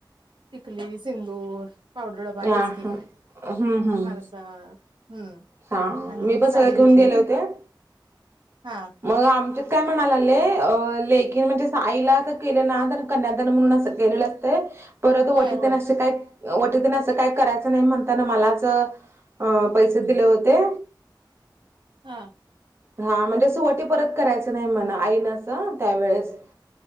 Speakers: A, on the right; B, on the right.
A: टिकली सिंदूर पावडर बाहेच
B: हा
A: की
B: हा
A: नाही
B: हम्म हम्म
A: हारसा हम्म
B: हा
A: आणि
B: मी पण सगळं
A: साडी घेतलीलीी
B: घेऊन गेले होते.
A: हा
B: मग आमच्यात काय म्हणाला आले अ लेखीन म्हणजे साईला असं केलं नाण कन्यादान म्हणून असं केलेलं परत
A: होय
B: वटी
A: होय
B: काय व काही करायचं नाही म्हणताना मलाच पैसे दिले होते
A: हा
B: हा म्हणजे असवटी परत करायचं नाही म्हणा आईन असं त्यावेेळेस